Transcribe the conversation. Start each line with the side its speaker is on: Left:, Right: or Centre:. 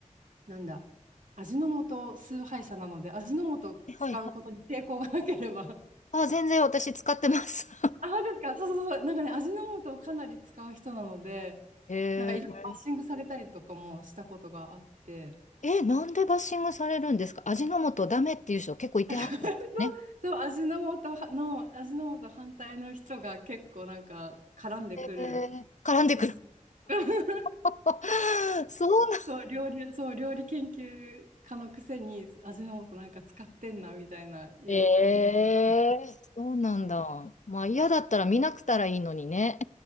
Right: なんだ、味の素崇拝者なので、味の素を使うことに抵抗がなければ。
Left: はいはい。あ、全然私使ってます。
Right: あ、そうですか。そうそうそう。なんかね、味の素をかなり使う人なので、
Left: <laughs> へえー。
Right: なんかいろいろバッシングされたりとかもしたことがあって。
Left: え、なんでバッシングされるんですか味の素ダメっていう人結構いてはるんですね。
Right: <laughs> そう、味の素の、味の素反対の人が結構なんか絡んでくる。
Left: えー絡んでくる。
Right: そうそう。<laughs>
Left: <laughs> そうなん。
Right: そう、料理、そう、料理研究家のくせに味の素なんか使ってんなみたいな言う、
Left: ええ。
Right: 言う
Left: そうなんだ。
Right: 人いたりとか
Left: まあ嫌だったら見なくたらいいのにね。